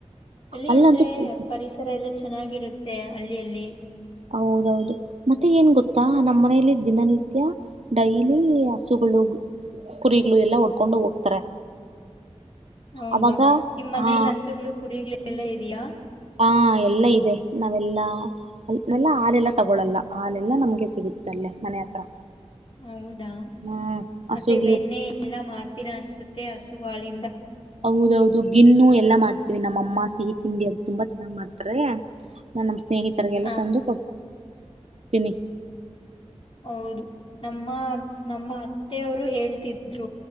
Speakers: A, on the left; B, on the right.
A: ಅಲ್ಲಿ
B: ಅಲ್ಲಂತೂ
A: ಅಂದ್ರೆ ಪರಿಸರ ಎಲ್ಲ ಚೆನ್ನಾಗಿರುತ್ತೆ ಅಲ್ಲಿ ಅಲ್ಲಿ
B: ಹೌದೌದು ಮತ್ತೆ ಏನ್ ಗೊತ್ತಾ ನಮ್ಮ್ ಮನೆಯಲ್ಲಿ ದಿನನಿತ್ಯ ಡೈಲಿ ಹಸುಗಳು ಕುರಿಗಳು ಎಲ್ಲಾ ಒಡ್ಕೊಂಡು ಹೋಗ್ತಾರೆ
A: ಹೌದಾ
B: ಅವಾಗ
A: ನಿಮ್ ಮನೇಲಿ
B: ಆ
A: ಹಸುಗಳು ಕುರಿಗಳು ಎಲ್ಲ ಇದೆಯಾ
B: ಹಾ ಎಲ್ಲಾ ಇದೆ ನಾವೆಲ್ಲಾ ಅೆಲ್ಲ ಹಾಲೆಲ್ಲಾ ತಗೊಳಲ್ಲ ಹಾಲೆಲ್ಲಾ ನಮ್ಗೆ ಸಿಗುತ್ತೆ ಅಲ್ಲೇ ಮನೆ ಹತ್ರ
A: ಹೌದಾ
B: ಹ್ಮ್ ಹಸುಗಳು
A: ಮತ್ತೆ ಬೆಣ್ಣೆ ಎಲ್ಲಾ ಮಾಡ್ತೀರಾ ಅನ್ಸುತ್ತೆ ಹಸು ಹಾಳಿಂದ
B: ಹೌದೌದು ಗಿನ್ನು ಎಲ್ಲಾ ಮಾಡ್ತೀವಿ ನಮ್ಮಅಮ್ಮ ಸಿಹಿ ತಿಂಡಿ ಅ ತುಂಬಾ ಚೆನ್ನ್ ಮಾಡ್ತಾರೆ ನಾ ನಮ್ಮ ಸ್ನೇಹಿತರ್ರಿಗೆಲ್ಲ
A: ಹ
B: ತಂದು ಕೊಟ್ಟತೀನಿ
A: ಹೌದು ನಮ್ಮ ನಮ್ಮ ಅತ್ತೆಯವರು ಹೇಳ್ತಿದ್ರು